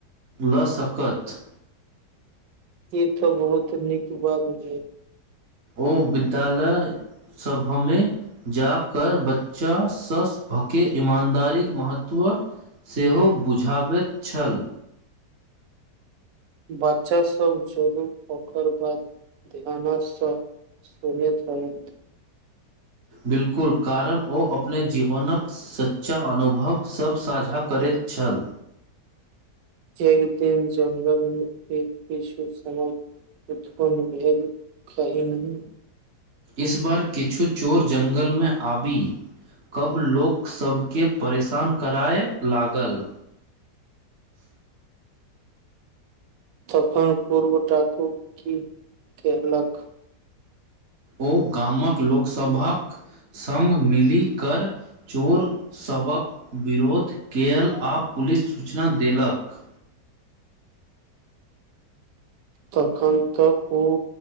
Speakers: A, on the right (about 50°); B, on the right (about 85°).
A: लऽ सकत
B: ई तो बहुत नीक बात ह
A: ओ विद्यालय
B: <unintelligible>
A: सभमे जा कर बच्चा सभ के ईमानदारी क महत्व सेहो बुझाबैत छल
B: बच्चा सब जरूर ओ कर बाद ध्यान स सुनइत हेत
A: बिलकुल कारण ओ अपने जीवनक सच्चा अनुभव सब साझा करैत छल
B: एकदिन जङ्ल में एक ईश्वर समान उत्पन्न भेल कहि नहि
A: इस बार किछु चोर जङ्ंगल मे आबी कब लोक सबके परेशान करय लागल
B: तखन पूर्व डाकू की कहलक
A: ओ गामक लोकसभक सङ्ग मिलिकर चोर सभक विरोध के ल आ पुलि के सूचना देलक
B: तखन तऽ ओ